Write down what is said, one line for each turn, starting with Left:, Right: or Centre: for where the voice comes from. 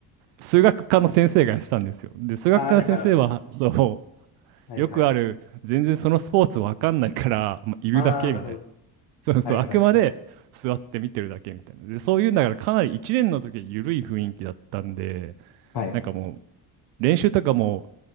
Right: 数学科の先生がやってたんですよ。で、数学科の先生は、
Left: ああ、なんか、
Right: そ
Left: はいはい。
Right: う、よくある、全然そのスポーツわかんないから、まあ、いるだけみたいな。
Left: ああ、なるほど。
Right: そうそう、
Left: はいはいはい。
Right: あくまで座って見てるだけみたいな。で、そういうんだから、かなり1年の時は緩い雰囲気だったんで、
Left: はい。
Right: なんかも
Left: う
Right: う、練習とかも、